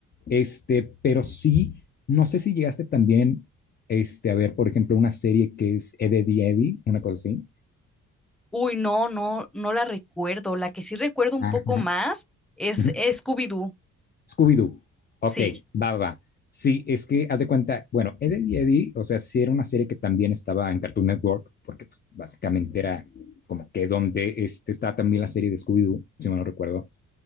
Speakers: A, on the left (about 35°); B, in the centre.
A: Este, pero sí, no sé si llegaste también este, a ver, por ejemplo, una serie que es Eddie Eddie, una cosa así.
B: Uy, no, no, no la recuerdo. La que sí recuerdo un
A: Ajá.
B: poco más es
A: Ujú.
B: Scooby-Doo.
A: Scooby-Doo. Ok,
B: Sí,
A: va, va, va. Sí, es que haz de cuenta, bueno, Ed, Ed y Eddie, o sea, sí era una serie que también estaba en Cartoon Network, porque pues, básicamente era como que donde este, estaba también la serie de Scooby-Doo, si mal no recuerdo.